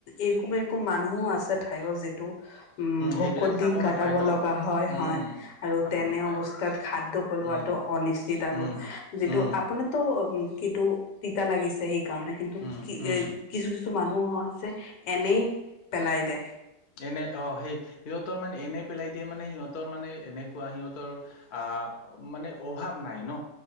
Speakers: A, on the left; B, on the left.
A: এইকমে এক মানুহো আছে ঠাইৰ যেতি উম, ভকত
B: সেইবিলাক খাব
A: দিন গাটাব
B: নাপায় ন
A: লগা হয়-হয়
B: উম
A: আৰু
B: খাব
A: তেনে
B: নাপায়
A: অৱ তাত খাদ্য পলোৱাটো
B: উম
A: অনশ্চিত আৰু
B: উম
A: যিটো
B: উম
A: আপুনাতো উম, কিন্তু তিতা লাগিছে সেইকাৰণে কিন্তু
B: উম
A: কি
B: উম
A: এ কিছু কিছু মানুহ আছে এনেই পেলাই দেিয়।
B: এনে অ সেই সিহঁতৰ মানে এনে পেলাই দিয়ে মানে সিহঁতৰ মানে এনেকুৱা সিহঁতৰ আহ মানে অভাৱ নাই ন।